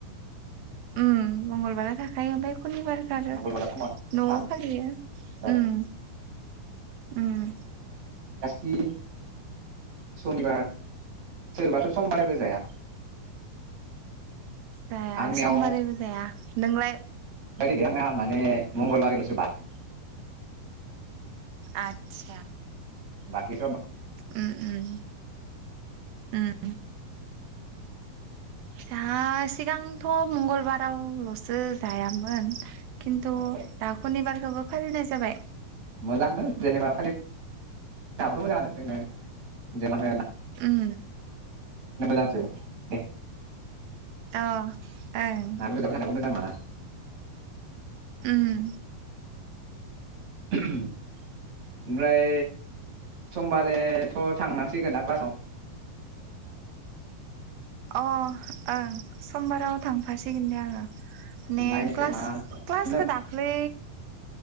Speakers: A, on the right; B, on the right.
A: ओम मंगलबारा थाखायो ओमफाय हुनिबारखो आरो
B: मंगलबारा
A: न'वाव
B: कमन सान
A: फालियो
B: जाबाय
A: उम
B: जोंना
A: उम
B: दी सनिबार सोरबाथ समबारैबो जाया
A: जा
B: आंनियाव
A: समबारैबो जाया नोंलाय
B: गारि गैया आंना माने मंगलबारै लसो बाद
A: आच्छा
B: बाकि
A: उम उम उम खिथा सिगांथ मंगलबाराव लसो जायामोन किन्तु
B: ओमफ्राय
A: दा खनिबार थेवबो फालिनाय जाबाय
B: मोजांनो जेनेबा फालि <unintelligible> नो हाबाथ मोजाङानो जोङो जेमाननो
A: उम
B: <unintelligible> दे
A: अ ओं
B: बेदर जाबाय थानाबो मोजां नङाना
A: उम
B: <inaudible> ओमफ्राय समबारैथ थांनांसिगोन दां क्लासाव
A: अ ओं समबाराव थांफासिगोन दे आङो ने
B: नायनोसै
A: क्लास
B: मा
A: क्लासखो
B: नों
A: दाखलै